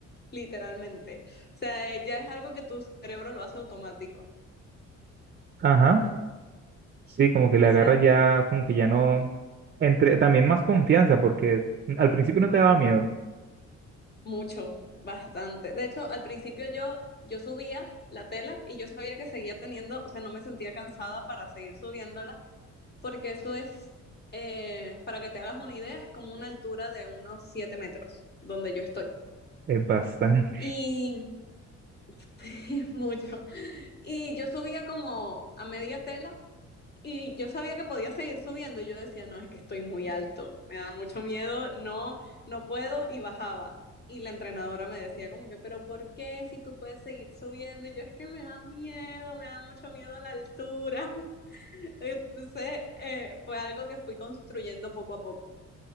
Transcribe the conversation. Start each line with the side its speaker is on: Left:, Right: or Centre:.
Left: literalmente. O sea, eh, ya es algo que tu cerebro lo hace automático.
Right: ajá. Sí, como que le
Left: O
Right: agarras
Left: sea,
Right: ya, como que ya no... Entre, también más confianza, porque al principio no te daba miedo.
Left: mucho, bastante. De hecho, al principio yo, yo subía la tela y yo sabía que seguía teniendo, o sea, no me sentía cansada para seguir subiéndola, porque eso es, eh, para que te hagas una idea, es como una altura de unos 7 metros donde yo estoy.
Right: Es bastante.
Left: Y <laughs> sí, es mucho. Y yo subía como a media tela y yo sabía que podía seguir subiendo y yo decía, no, es que estoy muy alto, me da mucho miedo, no, no puedo y bajaba. Y la entrenadora me decía como que, pero ¿por qué si tú puedes seguir subiendo? Y yo es que me da miedo, me da mucho miedo a la altura. <laughs> Entonces eh, fue algo que fui construyendo poco a poco.